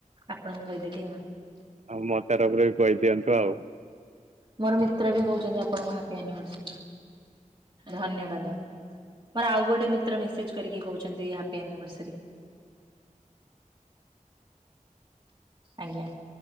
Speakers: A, on the right (about 35°); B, on the right (about 60°).
A: ଆପଣଙ୍କୁ କହିଦେଲି ଆଉ।
B: ଆଉ ମୋ ତରଫରୁ ବି କହିଦିଅନ୍ତୁ ଆଉ।
A: ମୋର ମିତ୍ର ବି କହୁଛନ୍ତି ଆପଣଙ୍କ ହାପି ଆନିଭର୍ସରୀ ଧନ୍ୟବାଦ। ମୋର ଆଉ ଗୋଟେ ମିତ୍ର ମେସେଜ କରିକି କହୁଛନ୍ତି ହାପି ଆନିଭର୍ସରୀ। ଆଜ୍ଞା